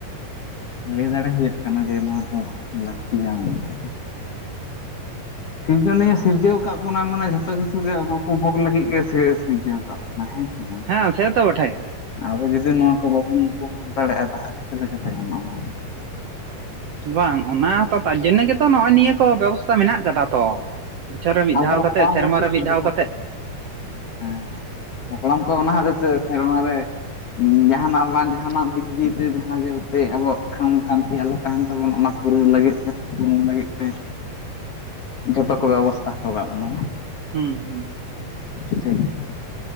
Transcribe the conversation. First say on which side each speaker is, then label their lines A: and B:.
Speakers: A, on the left (about 50°); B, on the right (about 85°).
A: ᱞᱟᱹᱭ ᱫᱟᱲᱮ ᱦᱩᱭᱩᱜ ᱠᱟᱱᱟ ᱡᱮ ᱱᱚᱣᱟ ᱠᱚ ᱞᱟᱹᱠᱛᱤᱭᱟ ᱢᱮᱱᱛᱮ ᱥᱤᱨᱡᱚᱱᱤᱭᱟᱹ ᱥᱤᱨᱡᱟᱹᱣ ᱠᱟᱜ ᱵᱚᱱᱟ ᱢᱟᱱᱮ ᱡᱷᱚᱛᱚ ᱠᱤᱪᱷᱩ ᱜᱮ ᱩᱯᱚ ᱵᱷᱳᱜ ᱞᱟᱹᱜᱤᱫ ᱜᱮ ᱥᱤᱨᱡᱟᱹᱣ ᱠᱟᱜ ᱵᱚᱱᱟ ᱦᱮᱸ ᱥᱮ ᱵᱟᱝ
B: ᱦᱮᱸ ᱥᱮᱛᱚ ᱵᱚᱴᱷᱮ ᱜᱮ
A: ᱟᱵᱚ ᱡᱩᱫᱤ ᱱᱚᱣᱟ ᱠᱚ ᱵᱟᱵᱚᱱ ᱩᱯᱚᱵᱷᱳᱜ ᱫᱟᱲᱮᱜᱼᱟ ᱛᱟᱦᱚᱞᱮ ᱪᱤᱠᱟᱹ ᱞᱮᱠᱟᱛᱮ ᱜᱟᱱᱚᱜᱼᱟ᱾
B: ᱵᱟᱝ ᱚᱱᱟ ᱛᱚ ᱛᱟᱨ ᱡᱚᱱᱱᱚ ᱜᱮᱛᱚ ᱱᱚᱜᱼᱚᱭ ᱱᱤᱭᱟᱹ ᱠᱚ ᱵᱮᱵᱚᱥᱛᱟ ᱢᱮᱱᱟᱜ ᱠᱟᱫᱟ ᱛᱚ ᱵᱚᱪᱷᱚᱨ ᱨᱮ ᱢᱤᱫ
A: ᱟᱵᱚᱨᱮᱱ
B: ᱫᱷᱟᱣ ᱠᱟᱛᱮ
A: ᱦᱟᱯᱲᱟᱢ
B: ᱥᱮᱨᱢᱟ
A: ᱠᱚ ᱴᱷᱤᱠ
B: ᱨᱮ ᱢᱤᱫ
A: ᱠᱚ
B: ᱫᱷᱟᱣ
A: ᱫᱚᱦᱚ ᱦᱚᱴᱚ
B: ᱠᱟᱛᱮ᱾
A: ᱦᱮᱸ ᱦᱟᱯᱲᱟᱢ ᱠᱚ ᱚᱱᱟ ᱦᱚᱛᱮ ᱛᱮ ᱥᱮᱨᱢᱟᱨ ᱨᱮ᱾ ᱡᱟᱦᱟᱱᱟᱜ ᱵᱟᱝ ᱡᱟᱦᱟᱱᱟᱜ ᱫᱤᱠ ᱫᱤᱭᱮᱛᱨ ᱡᱟᱦᱟᱸ ᱡᱮᱛᱮ ᱟᱵᱚᱣᱟᱜ ᱠᱷᱟᱢ ᱠᱷᱟᱱᱛᱤ ᱟᱞᱚ ᱛᱟᱦᱮᱱ ᱛᱟᱵᱚᱱ ᱚᱱᱟ ᱩᱨᱩᱢ ᱞᱟᱹᱜᱤᱫ ᱛᱮ ᱩᱨᱩᱢ ᱞᱟᱹᱜᱤᱫ ᱛᱮ ᱡᱷᱚᱛᱚ ᱠᱚ ᱵᱮᱵᱚᱥᱛᱷᱟ ᱦᱚᱴᱚ ᱠᱟᱜ ᱵᱚᱱᱟ
B: ᱦᱩᱸ ᱦᱩᱸ
A: <unintelligible>